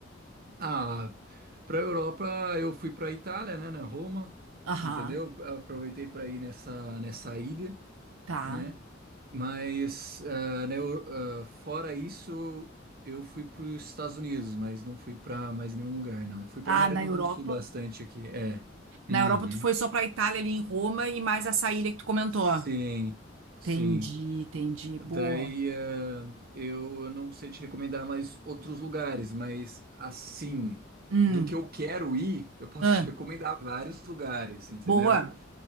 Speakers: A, on the right (about 50°); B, on the right (about 75°).
A: Ah, para a Europa eu fui para a Itália, né, na Roma,
B: Aham,
A: entendeu? Aproveitei para ir nessa nessa ilha,
B: tá.
A: né? Mas ah, na Eu- ah, fora isso eu fui para os Estados Unidos, mas não fui para mais nenhum lugar, não. Eu fui para
B: Ah,
A: América
B: na Europa?
A: do Sul bastante aqui, é. Uhum.
B: Na Europa tu foi só pra Itália ali em Roma e mais essa
A: S-
B: ilha que tu comentou.
A: Sim,
B: Entendi,
A: sim.
B: entendi.
A: Daí,
B: Boa.
A: eh, eu eu não sei te recomendar mais outros lugares, mas assim,
B: Hum,
A: do que eu quero ir, eu posso
B: ah,
A: te recomendar vários lugares, entendeu?
B: boa.